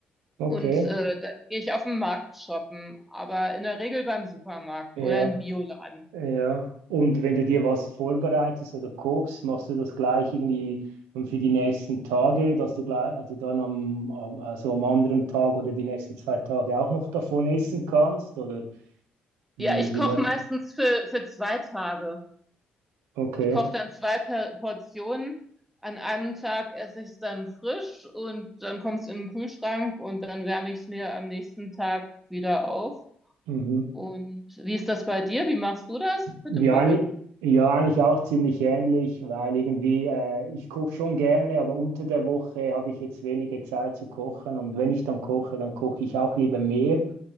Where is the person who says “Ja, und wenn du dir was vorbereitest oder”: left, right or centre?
Right